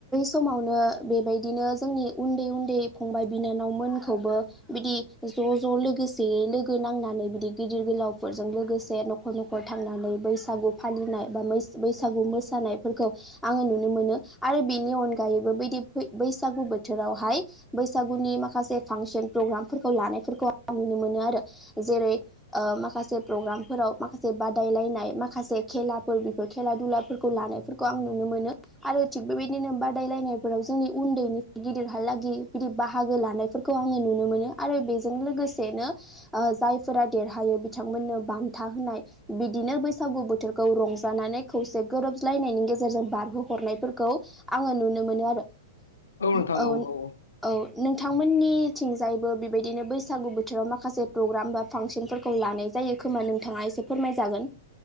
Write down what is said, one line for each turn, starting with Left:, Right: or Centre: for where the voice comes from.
Centre: समावनो बेबायदिनो जोंनि उन्दै उन्दै फंबाय बिनानावमोनखौबो बिदि ज' ज' लोगोसेयै लोगो नांनानै बिदि गिदिर गोलाव फोरजों लोगोसे न'खर न'खर थांनानै बैसागु फालिनाय बा बैसागु मोसानायफोरखौ आङो नुनो मोनो आरो बिनि अनगायैबो बैदि बैसागु बोथोरावहाय बैसागु नि माखासे फांसन प्रग्रामफोरखौ लानायफोरखौ आं नुनो मोनो आरो जेरै ओ माखासे माखासे प्रग्रामफोराव माखासे बादायलायनाय माखासे खेलाफोर बेफोर खेला दुलाफोरखौ लानायफोरखौ आं नुनो
Left: <inaudible>
Centre: मोनो आरो थिग बेबायदिनो बादायलायनायफोराव जोंनि उन्दैनिफ्राय गिदिरहालागि बिदि बाहागो लानायफोरखौ आङो नुनो मोनो आरो बेजों लोगोसेनो जायफोरा देरहायो बिथांमोननो बान्था होनाय बिदिनो बैसागु बोथोरखौ रंजानानै खौसे गोरोबज्लायनायनि गे जेरजों बारहो हरनायफोरखौ आङो नुनो मोनो आरो। औ
Left: नोंथां औ औ
Centre: नो
Left: औ
Centre: औ नोंथांमोननि थिंजायैबो बेबायदिनो बैसागु बोथोराव माखासे प्रग्राम बा फांसनफोरखौ लानाय जायो खोमा नोंथाङा एसे फोरमायजागोन।